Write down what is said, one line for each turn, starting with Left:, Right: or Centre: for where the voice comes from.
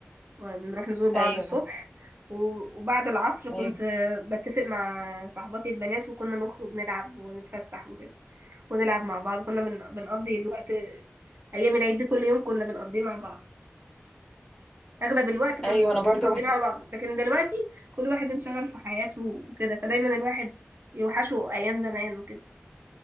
Right: وبنروح نزور بعض
Left: أيوة
Right: الصبح و- وبعد العصر كنت
Left: أيوة
Right: آه، بتفق مع صاحباتي البنات وكنا نخرج نلعب ونتفسح وكده ونلعب مع بعض كنا بن- بنقضي الوقت ايام العيد دي كل يوم كنا بنقضيه مع بعض اغلب الوقت كنا
Left: أيوة أنا برضو
Right: بنقضيه
Left: بحب
Right: مع بعض لكن دلوقتي كل واحد انشغل في حياته وكده فدايما الواحد يوحشه ايام زمان وكده